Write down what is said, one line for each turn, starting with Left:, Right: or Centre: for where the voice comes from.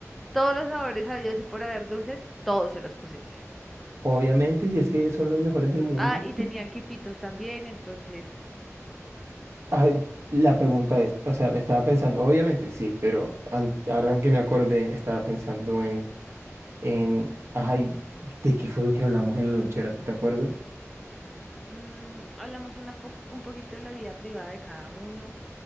Centre: todos los sabores habidos y por haber dulces, todos se los pusiste.
Right: Obviamente, si es que son los mejores del mundo.
Centre: Ah, y tenían quipitos también, entonces
Right: Ah, la pregunta es, o sea, estaba pensando, obviamente sí, pero an- ahora que me acordé, estaba pensando en, en, ay, ¿de qué fue lo que hablamos en la lonchera? ¿Tú te acuerdas?
Centre: mm, hablamos una po- un poquito de la vida privada de cada uno.